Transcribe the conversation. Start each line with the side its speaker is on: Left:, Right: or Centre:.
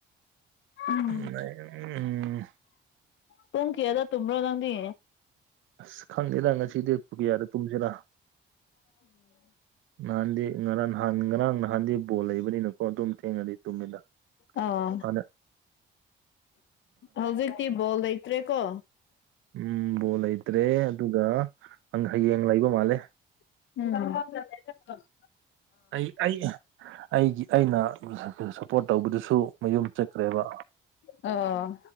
Left: ꯎꯝ
Right: <unintelligible> ꯎꯝ
Left: ꯄꯨꯡ ꯀꯌꯥꯗꯥ ꯇꯨꯝꯕ꯭ꯔꯣ ꯅꯪꯗꯤ
Right: ꯑꯁ ꯈꯪꯗꯦꯗꯥ ꯉꯁꯤꯗꯤ ꯄꯨꯡ ꯀꯌꯥꯗ ꯇꯨꯝꯁꯤꯔꯥ ꯅꯍꯥꯟꯗꯤ ꯉꯔꯥꯡ ꯅꯍꯥꯟ ꯉꯔꯥꯡ ꯅꯍꯥꯟꯗꯤ ꯕꯣꯜ ꯂꯩꯕꯅꯤꯅꯀꯣ ꯑꯗꯨꯝ ꯊꯦꯡꯅꯗꯤ ꯇꯨꯝꯃꯤꯗ
Left: ꯑꫭ <unintelligible>
Right: ꯃꯥꯅꯦ
Left: ꯍꯧꯖꯤꯛꯇꯤ ꯕꯣꯜ ꯂꯩꯇ꯭ꯔꯦ ꯀꯣ
Right: ꯎꯝ ꯕꯣꯜ ꯂꯩꯇ꯭ꯔꯦ ꯑꯗꯨꯒ ꯍꯌꯦꯡ ꯂꯩꯕ ꯃꯥꯜꯂꯦ
Left: ꯎꯝ <unintelligible>
Right: ꯑꯩ ꯑꯩ ꯑꯩꯒꯤ ꯑꯩꯅ ꯁꯞꯄꯣꯔꯠ ꯇꯧꯕꯗꯨꯁꯨ ꯃꯌꯨꯝ ꯆꯠꯈ꯭ꯔꯦꯕ
Left: ꯑ